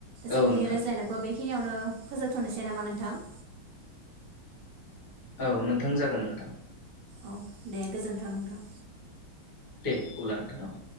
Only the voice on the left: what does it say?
औ
नोंथां
औ नोंथां जागोन नोंथां।
दे अब्ला नोंथां।